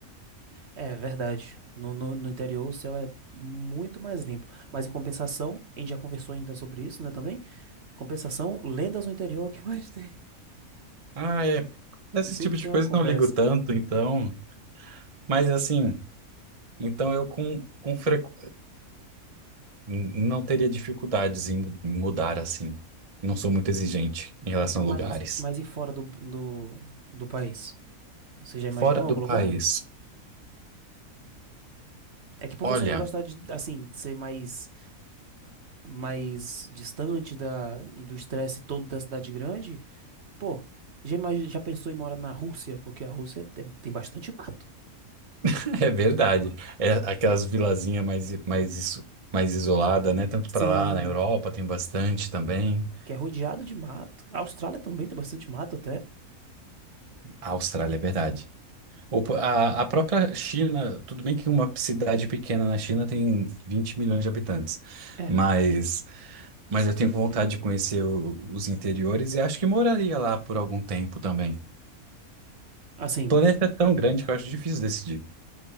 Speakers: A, on the right; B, on the right.
A: é verdade. No, no, no interior o céu é muito mais limpo. Mas em compensação, a gente já conversou ainda sobre isso, né, também? Compensação, lendas no interior, <laughs> o que mais tem?
B: Ah, é. Desse
A: Sempre
B: tipo de
A: tem
B: coisa
A: uma conversa.
B: eu não ligo tanto, então. Mas, assim, então eu com, com frequ... n- não teria dificuldades em mu- em mudar, assim. Não sou muito exigente em relação
A: Mas,
B: a lugares.
A: mas e fora do, do, do país? Você já imaginou
B: Fora do
A: algum
B: país.
A: lugar? É que por
B: Olha.
A: você não gostar de, assim, ser mais, mais distante da, do estresse todo da cidade grande, Pô, já, imagi- já pensou em morar na Rússia? Porque a Rússia tem, tem bastante mato.
B: <laughs> É verdade. É aquelas vilazinhas mais, mais, isso- mais isolada, né? Tanto para
A: Sim,
B: lá, na Europa tem bastante também.
A: que é rodeado de mato. A Austrália também tem bastante mato até.
B: A Austrália, é verdade. Ou po- A, a própria China, tudo bem que uma cidade pequena na China tem 20 milhões de habitantes,
A: É,
B: mas, mas eu tenho vontade de conhecer o- os interiores e acho que moraria lá por algum tempo também.
A: assim,
B: O planeta é tão grande que eu acho difícil decidir.